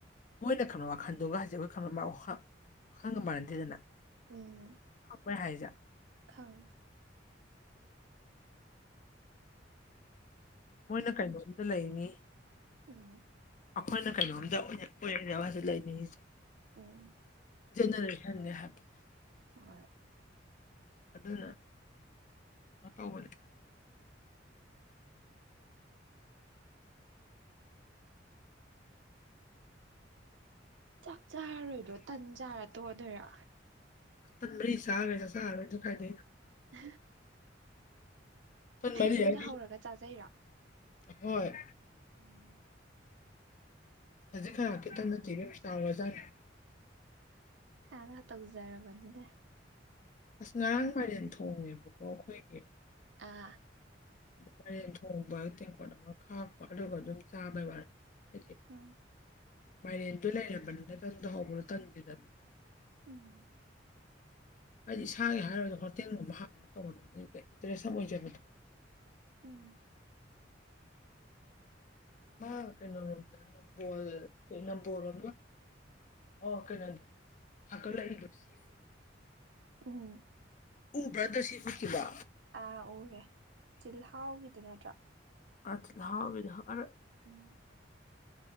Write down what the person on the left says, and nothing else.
ꯃꯣꯏꯅ ꯈꯪꯕ ꯋꯥꯈꯜꯗꯒ ꯍꯥꯏꯁꯦ ꯑꯩꯈꯣꯏ ꯈꯪ ꯋꯥꯈꯪꯒ ꯃꯥꯟꯅꯗꯦꯗꯅ
ꯍꯣꯏ ꯍ ꯍꯥꯏꯖꯥꯛ
ꯃꯣꯏꯅ ꯀꯩꯅꯣꯝꯇ ꯂꯩꯉꯤ
ꯑꯩꯈꯣꯏꯅ ꯀꯩꯅꯣꯝꯇ ꯑꯣꯏꯔꯅꯦꯕ ꯍꯥꯏꯁꯦ ꯂꯩꯅꯤꯡꯉꯁꯦ
ꯖꯦꯅꯔꯦꯁꯟꯅꯦꯦ ꯍꯥꯏꯕ
ꯑꯗꯨꯅ ꯀꯩꯅꯣ ꯇꯧꯕꯅꯦ
ꯇꯟ ꯃꯔꯤ ꯆꯥꯈ꯭ꯔꯦ ꯆꯥ ꯆꯥꯔꯣꯏꯅꯁꯨ ꯈꯥꯏꯅꯩ
ꯃꯥ
ꯌꯥꯏ
ꯍꯣꯏꯣꯏ
ꯈꯖꯤꯛ ꯈꯔ ꯈꯤꯇꯪꯅ ꯊꯤꯔꯦ ꯆꯥꯎꯥꯎꯋꯖꯥꯔꯦ
ꯑꯁ ꯉꯔꯥꯡ ꯄꯥꯏꯔꯦꯟ ꯊꯣꯡꯅꯦꯦꯕꯀꯣ ꯑꯩꯈꯣꯏꯒꯤ
ꯃꯦꯟ ꯊꯣꯡꯕ ꯇꯦꯡꯀꯣꯠ ꯑꯃ ꯈꯥꯛꯄ ꯑꯗꯨꯒ ꯑꯗꯨꯝ ꯆꯥꯕꯩ ꯋꯥꯅꯤꯅ ꯍꯥꯏꯗꯤ
ꯃꯥꯏꯔꯦꯟꯗꯨꯣ ꯂꯩꯔꯕꯅꯤꯅ ꯇꯟꯗꯣ ꯍꯧꯕ꯭ꯔꯣ ꯇꯟꯁꯤꯦꯗꯅ
ꯍꯥꯏꯗꯤ ꯏꯁꯥꯒꯤ ꯍꯥꯏꯔꯔꯕꯒꯗ ꯍꯣꯇꯦꯜꯒꯨꯝꯕ ꯍꯥꯡꯉꯒ ꯇꯧꯒꯗꯕꯅꯤ ꯏꯟꯇꯔꯦꯁ ꯑꯃ ꯑꯣꯏꯖꯕꯗꯣ
ꯃꯥ ꯀꯩꯅꯣ ꯍꯅꯨꯡꯗ ꯅꯝꯕꯣꯜ ꯅꯝꯕꯣꯜꯔ ꯑꯣꯀꯦ ꯅ ꯍꯥꯒꯜ ꯂꯩ ꯂꯣꯁꯤ
ꯎ ꯭ꯔꯗꯔꯁꯤ ꯎꯁꯤꯗ
ꯑ ꯂꯥꯎꯕꯗꯔ